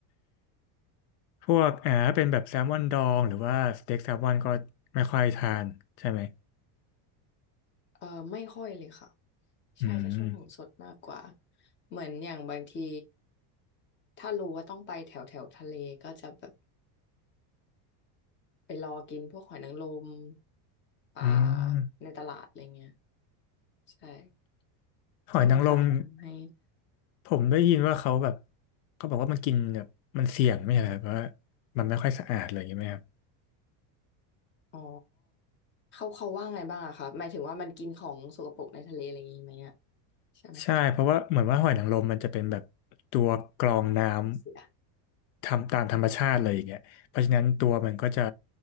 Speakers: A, on the left; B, on the left.
A: พวกอ่าถ้าเป็นแบบแซลมอนดองหรือว่าสเต็กแซลมอนก็ไม่ค่อยทานใช่ไหม
B: เออไม่ค่อยเลยค่ะใช่จะชอบของสดมากกว่า
A: อืม
B: เหมือนอย่างบางทีถ้ารู้ว่าต้องไปแถวแถวทะเลก็จะแบบไปรอกินพวกหอยนางรมปลา
A: อืม
B: ในตลาดอะไรเงี้ยใช่
A: หอยนางรม
B: ที่แม่ค้าเขาทำให้
A: ผมได้ยินว่าเขาแบบเขาบอกว่ามันกินแบบมันเสี่ยงไม่ใช่เหรอครับเพราะว่ามันไม่ค่อยสะอาดเลยใช่างเงี้ยไหมครับ
B: อ๋อเขาเขาว่าไงบ้างอะคะหมายถึงว่ามันกินของสกปรกในทะเลอะไรอย่างงี้ไหมอะใช่ไหม
A: ใช่เพราะว่าเหมือนว่าหอยนางรมมันจะเป็นแบบตัวกรองน้
B: เสีย
A: ำทำตามธรรมชาติเลยอย่างเงี้ยเพราะฉะนั้นตัวมันก็จะ